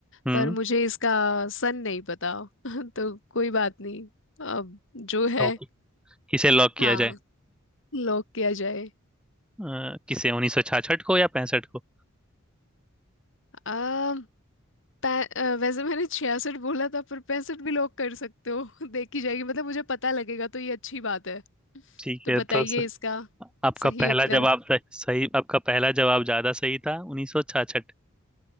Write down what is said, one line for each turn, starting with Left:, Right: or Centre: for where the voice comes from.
Centre: हम्म
Left: पर मुझे इसका सन नहीं पता <laughs> तो कोई बात नहीं अब जो है
Centre: टॉपिक किसे लॉक किया
Left: हाँ
Centre: जाए
Left: लॉक किया जाए
Centre: अ, किसे उन्नीस सौ छाछठ को या पैंसठ को
Left: आ, पै- अ, वैसे मैंने छियासठ बोला था पर पैंसठ भी लॉक कर सकते हो <laughs> देखी जाएगी मतलब मुझे पता लगेगा तो ये अच्छी बात है
Centre: ठीक
Left: तो
Centre: है
Left: बताइए
Centre: तो स,
Left: इसका
Centre: आपका
Left: सही
Centre: पहला
Left: उत्तर
Centre: जवाब सही, सही आपका पहला जवाब ज्यादा सही था उन्नीस सौ छाछठ